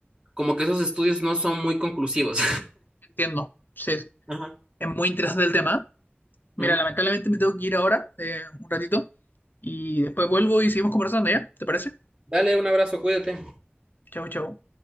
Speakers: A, on the right; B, on the left.
A: como que esos estudios no son muy conclusivos.
B: Entiendo. Sí,
A: <laughs>
B: es muy interesante el tema. Mira,
A: Ujú.
B: lamentablemente me tengo que ir ahora, eh, un ratito, y después vuelvo y seguimos conversando, ¿ya? ¿Te parece?
A: Dale un abrazo, cuídate.
B: Chau, chau.